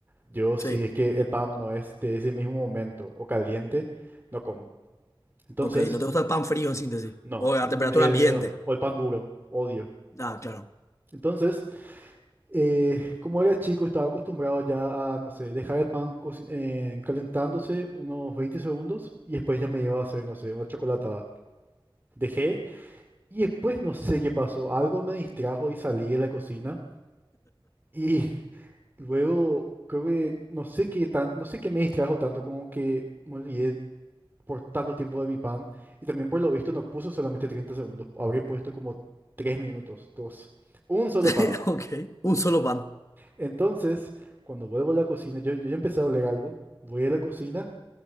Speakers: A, on the right (about 25°); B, on the left (about 35°).
A: Yo, si
B: Sí,
A: es que el pan no es de ese mismo momento o caliente, no como. Entonces,
B: ok, no te gusta el pan frío en síntesis.
A: no.
B: O a
A: El,
B: temperatura ambiente.
A: eh, o el pan duro, odio.
B: Ah, claro.
A: Entonces, eh, como era chico, estaba acostumbrado ya a, no sé, dejar el pan co- eh, calentándose unos 20 segundos y después ya me iba a hacer, no sé, una chocolatada. Dejé y después no sé qué pasó. Algo me distrajo y salí de la cocina. Y <laughs> luego creo que no sé qué tan, no sé qué me distrajo tanto, como que me olvidé por tanto tiempo de mi pan. Y también por lo visto no puso solamente 30 segundos, habré puesto como 3 minutos, dos Un solo
B: <laughs>
A: pan.
B: Ok, un solo pan.
A: Entonces, cuando vuelvo a la cocina, yo, yo ya empecé a oler algo, voy a la cocina,